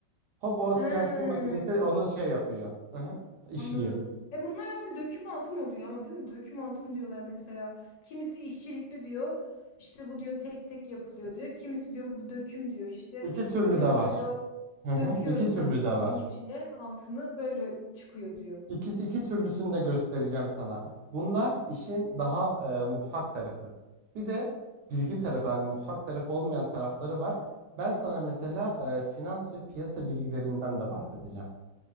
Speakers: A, on the right; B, on the left.
A: Hop o
B: He,
A: CNC makinesi onu şey yapıyor. Hı hı, işliyor.
B: anladım. E bunlar abi döküm altın oluyor ama değil mi? Döküm altın diyorlar mesela. Kimisi işçilikli diyor. İşte bu diyor tek tek yapılıyor diyor. Kimisi diyor bu döküm diyor. İşte
A: İki türlü
B: direkt
A: de var.
B: diyor
A: Hı hı,
B: döküyoruz
A: iki türlü
B: hani kalıbın
A: de var.
B: içine altını böyle çıkıyor diyor.
A: İki, iki türlüsünü de göstereceğim sana. Bunlar işin daha e, mutfak tarafı. Bir de bilgi tarafı hani mutfak tarafı olmayan tarafları var. Ben sana mesela e, finans ve piyasa bilgilerinden de bahsedeceğim.